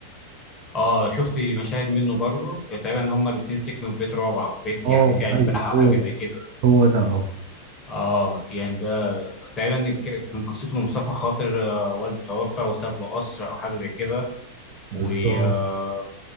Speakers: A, on the left (about 25°); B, on the right (about 45°).
A: اه شفت مشاهد منه برضه تقريبا هما الاثنين سكنوا في بيت رعب بيت
B: اه
A: يعني فيه اشباح
B: ايوه
A: او
B: هو
A: حاجه زي
B: ده
A: كده
B: هو ده اه
A: اه يعني ده تقريبا ك- كان قصته إن مصطفى خاطر آه، والده توفى وساب له قصر او حاجه زي كده
B: بالظبط
A: و آه،